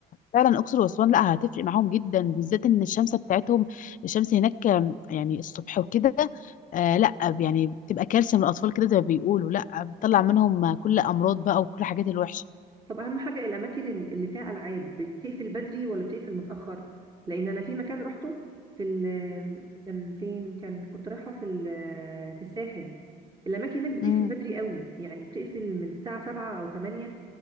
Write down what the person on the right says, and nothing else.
طب اهم حاجه الاماكن ال- اللي فيها العاب بتقفل بدري ولا بتقفل متاخر لان انا في مكان رحته في ال كان فين كان كنت رايحه في ال- في الساحل الاماكن هناك بتقفل
بدري قوي يعني بتقفل من الساعه 7 او 8